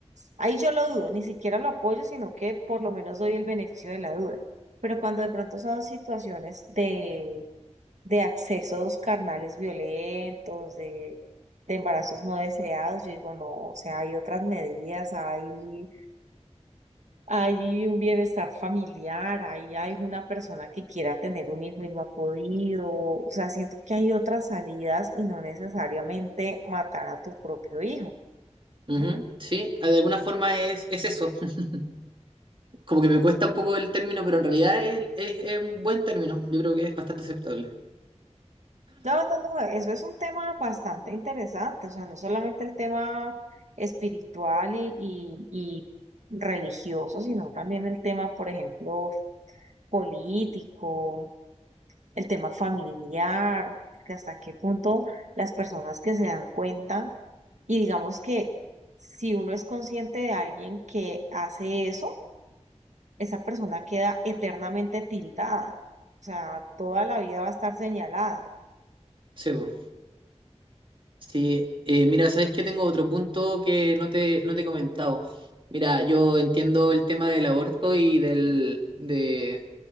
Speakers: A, on the right; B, on the right.
A: ahí yo lo dudo, ni siquiera lo apoyo, sino que por lo menos doy el beneficio de la duda. Pero cuando de pronto son situaciones de de accesos carnales violentos, de, de embarazos no deseados, yo digo, no, o sea, hay otras medidas, hay, hay un bienestar familiar, hay, hay una persona que quiera tener un hijo y no ha podido, o sea, siento que hay otras salidas y no necesariamente matar a tu propio hijo.
B: Ujú,
A: ¿no?
B: sí, de alguna forma es, es eso. <laughs> Como que me cuesta un poco el término, pero en realidad es, es- es un buen término. Yo creo que es bastante aceptable.
A: No, no, no, eso es un tema bastante interesante, o sea, no solamente el tema espiritual y, y, y religioso, sino también el tema, por ejemplo, político, el tema familiar, que hasta qué punto las personas que se dan cuenta y digamos que si uno es consciente de alguien que hace eso, esa persona queda eternamente tildada, o sea, toda la vida va a estar señalada.
B: Sí, po. Sí, eh, mira, sabes que tengo otro punto que no te, no te he comentado. Mira, yo entiendo el tema del aborto y del, de,